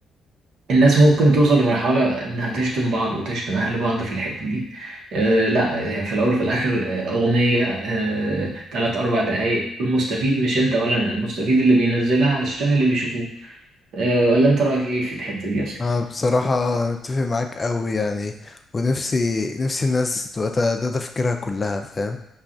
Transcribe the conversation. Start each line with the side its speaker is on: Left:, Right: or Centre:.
Right: الناس ممكن توصل لمرحلة إنها تشتم بعض وتشتم أهل بعض في الحتة دي آه لا هي في الأول في الآخر آه، أغنية آه تلات أربع دقايق المستفيد مش أنت ولا أنا المستفيد اللي بينزلها علشان اللي بيشوفوه آه ولا أنت رأيك إيه في الحتة دي أصلا؟
Left: أنا بصراحة أتفق معاك أوي يعني ونفسي نفسي الناس تبقى ده ده تفكيرها كلها فاهم